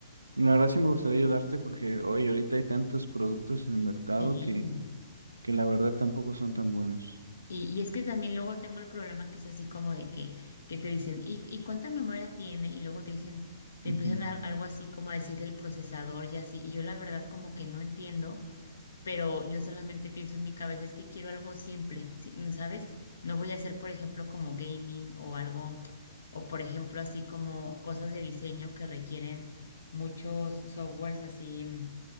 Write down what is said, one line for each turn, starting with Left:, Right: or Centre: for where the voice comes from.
Right: La verdad sí me gustaría ayudarte porque hoy ahorita hay tantos productos en el mercado
Left: Sí.
Right: que, que la verdad tampoco son tan buenos,
Left: Y, y es que también luego tengo el problema que es así como de que, que te dicen, ¿y, y cuánta memoria tiene? Y luego te dicen, te
Right: Ujú,
Left: empiezan a, algo así como a decir del procesador y así. Y yo la verdad como que no entiendo, pero yo solamente pienso en mi cabeza, es que quiero algo simple, sí, mm, ¿sabes? No voy a hacer, por ejemplo, como gaming o algo, o por ejemplo, así como cosas de diseño que requieren muchos softwares así. mm,